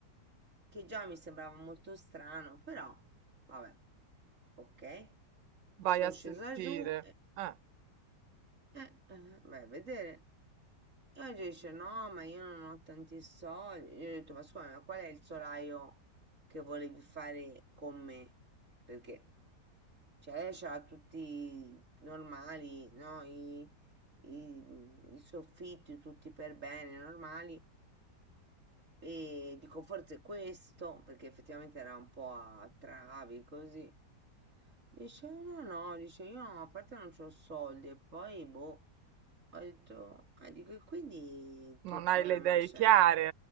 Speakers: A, on the right; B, on the right.
A: che già mi sembrava molto strano, però, vabbè, ok. Sono
B: Vai a
A: scesa
B: sentire.
A: giù e,
B: Eh,
A: eh, eh, vai a vedere. E oggi dice no, ma io non ho tanti soldi. Io ho detto, ma scusa, ma qual è il solaio che volevi fare con me? Perché, cioè, lei c'ha tutti normali, no? I, i- i soffitti tutti per bene, normali. E dico, forse questo, perché effettivamente era un po' a travi, così. Dice, no, no, dice, io a parte non c'ho soldi e poi, boh. Ho detto, ah, dico, e quindi che
B: non
A: problema
B: hai le idee
A: c'è?
B: chiare.